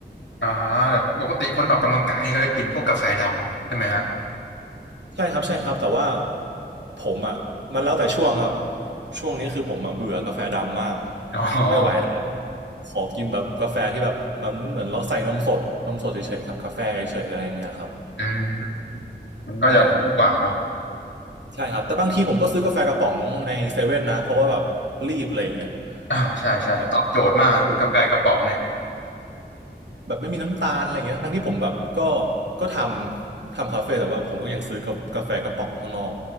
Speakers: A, on the left (about 80°); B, on the right (about 70°).
A: อ่าแต่ปกติคนออกกำลังกายเขาจะกินพวกกาแฟดำใช่ไหมฮะ
B: ใช่ครับใช่ครับแต่ว่าผมอ่ะมันแล้วแต่ช่วงครับช่วงนี้คือผมอ่ะเบื่อกาแฟดำมาก
A: อ๋อ
B: ไม่ไหวแล้วขอกินแบบกาแฟที่แบบมันเหมือนเราใส่นมสดนมสดเฉยๆครับกาแฟเฉยๆอะไรอย่างเงี้ยครับ
A: อืมมันก็จะดีกว่าเนาะ
B: ใช่ครับ ใช่ครับแต่บางทีผมก็ซื้อกาแฟกระป๋องในเซเว่นนะเพราะว่าแบบรีบอะไรอย่างเงี้ย
A: อ่าใช่ใช่ตอบโจทย์มากกาแฟกระป๋องเนี่ย
B: แบบถุงแบบไม่มีน้ำตาลอะไรอย่างเงี้ยทั้งที่ผมแบบก็ก็ทำทำคาเฟ่แต่ว่าผมก็ยังซื้อกากาแฟกระป๋องข้างนอก